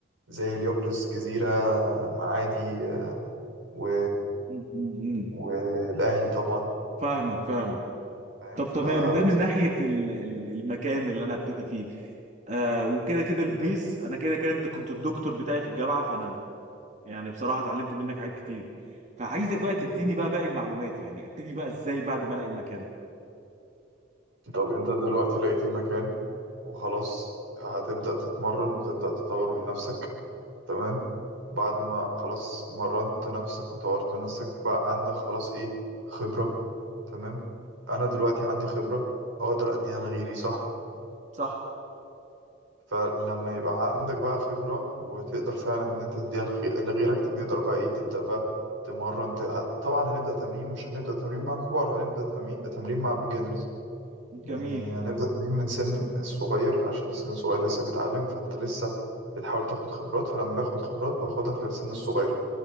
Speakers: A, on the right; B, on the right.
A: زي هليوبلس جزيرة معادي و...
B: م- م- م.
A: والأهلي طبعا
B: فاهمك فاهمك
A: فاهم
B: طب
A: فبس
B: تمام ده من ناحية ال- ال- المكان اللي انا هبتدي فيه آه وكده كده البيز انا كده كده انت كنت الدكتور بتاعي في الجامعه فانا يعني بصراحه اتعلمت منك حاجات كتير فعايزك
A: حبيبي
B: بقى تديني بقى باقي المعلومات يعني ابتدي بقى ازاي بعد ما الاقي المكان
A: طب أنت دلوقتي لقيت المكان وخلاص هتبدأ تتمرن وتبدأ تطور من نفسك تمام بعد ما خلاص مرنت نفسك وطورت نفسك بقى عندك خلاص ايه خبرة تمام انا دلوقتي عندي خبرة اقدر اديها لغيري صح
B: صح
A: فلما يبقى عندك بقى خبرة وتقدر فعلا ان انت تديها لخي- لغيرك تقدر بقى ايه تبدأ بقى تمرن ت- طبعا هنبدأ تمرين مش هنبدأ تمرين مع كبار هنبدأ تمرين تمرين مع بيجنرز يعني
B: جميل
A: هنبدأ تمرين من سن الصغير عشان السن الصغير لسه بيتعلم فانت لسه بتحاول تاخد خبرات فلما باخد خبرات باخدها في السن الصغير